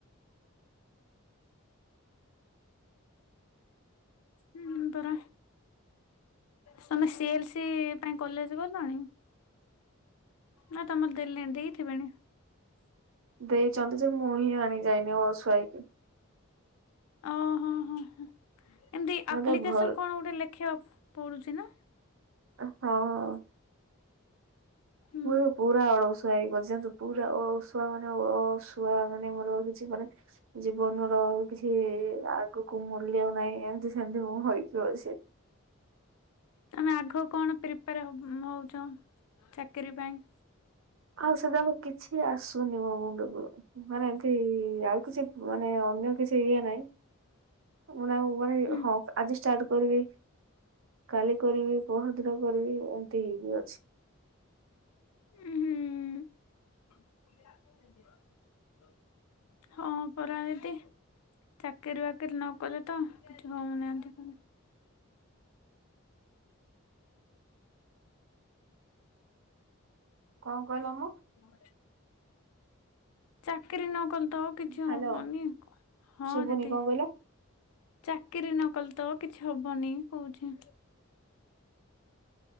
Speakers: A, on the left (about 80°); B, on the right (about 65°).
A: ହୁଁ ପରା। ସମ ସି ଏଲ ସି ପାଇଁ କଲେଜ ଗଲଣି? ନା ତମର ଦେଲେ ଦେଇଥିବେଣି।
B: ଦେଇଚନ୍ତି ଯେ ମୁଁ ହିଁ ଆଣିଯାଇନି ଅଳସୁଆ ହୋଇକି ୲
A: ଓହୋ ହ ହ ଏମତି
B: ମତେ
A: ଆପ୍ଲିକେସନ
B: ଭଲ
A: କଣ ଗୋଟେ ଲେ ଖିଆବ ପଡୁଚି ନା?
B: ଅ ହଁ।
A: ହୁଁ
B: ପୁ ପୁରା ଅଳସୁଆ ହେଇଗଛି ପୁରା ଅଳସୁ ପୁଆ ମାନେ ଅଳସୁଆ ମାନେ ମୋର ଆଉ କିଛି ମାନେ ଜୀବନର କିଛି ଆ ଆଗକୁ ମୂଲ୍ୟ ନାହିଁ ଏମିତି ସେମିତି ମୁଁ ହେଇକି ଅଛି।
A: ତମେ ଆଗକୁ କଣ ପ୍ରିପାର ହବ ହଉଚ ଚାକିରି ପାଇଁ?
B: ଆଉ ସେବାକୁ କିଛି ଆସୁନି ମୋ ମୁଣ୍ଡ କୁ। ମାନେ ଏମତି ଆଉ କିଛି ମାନେ ଅନ୍ୟ କିଛି ଇଏ ନାଇ। ମାନାଁ ମାରି
A: ହୁଁ
B: ହଁକ୍ ଆଜି ଷ୍ଟାର୍ଟ କରିବି। କାଲି କରିବି ପହର ଦିନ କରିବି ଏମିତି ହେଇକି ଅଛି।
A: ଉଁ ହଁ ପରା ଏଦେ ଚାକିରି ବାକିରି ନରିଅତ କିଛି ହଉନାହାନ୍ତି ପୁନି।
B: କଣ କହିଲା ମ?
A: ତୁମ ଘରେ ଚାକିରି ନକଲେ ତ କିଛି
B: ହ୍ୟାଲୋ
A: ହବନି ହଁ
B: ଶୁଭୁନି
A: ଦିଦି।
B: କଣ କହିଲ?
A: ଚାକିରି ନ କଲେ ତ କିଛି ହବନି କହୁଛି।